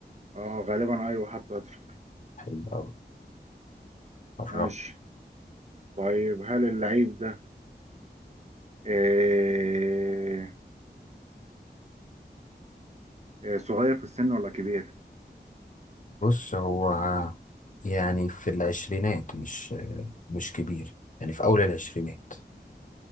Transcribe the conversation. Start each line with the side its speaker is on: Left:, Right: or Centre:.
Right: اه غالبا ايوه حط هاتريك
Left: حلو أوي قربت
Right: ماشي طيب هل اللعيب ده آه، آه، صغير في السن ولا كبير؟
Left: بص هو يعني في العشرينات مش مش كبير يعني في أول العشرينات